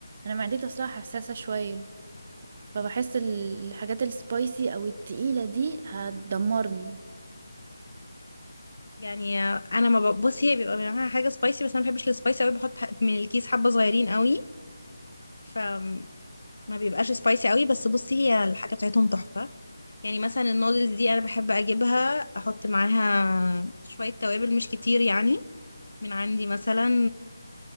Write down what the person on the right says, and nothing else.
انا معدتي اصلا حساسة شوية فبحس ال- الحاجات السبايسي او التقيلة دي هتدمرني